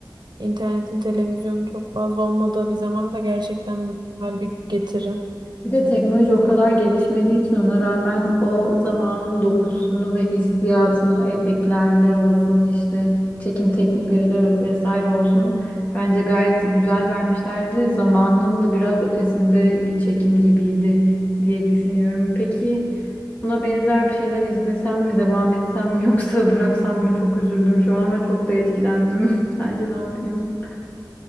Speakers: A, on the right; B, on the left.
A: İnternetin, televizyonun çok fazla olmadığı bir zamanda da gerçekten mükemmel bir getiri.
B: Bir de teknoloji o kadar gelişmediği için ona rağmen o zamanın dokusunu ve hissiyatını efektlerle olsun işte çekim teknikleriyle vesaire olsun bence gayet güzel vermişlerdi. Zamanının da biraz ötesinde bir çekim gibiydi diye düşünüyorum. Peki buna benzer bir şeyler izlesem mi, devam etsem mi yoksa bıraksam mı? Çok üzüldüm şu an ama çok da etkilendim. <laughs> Sence ne yapayım?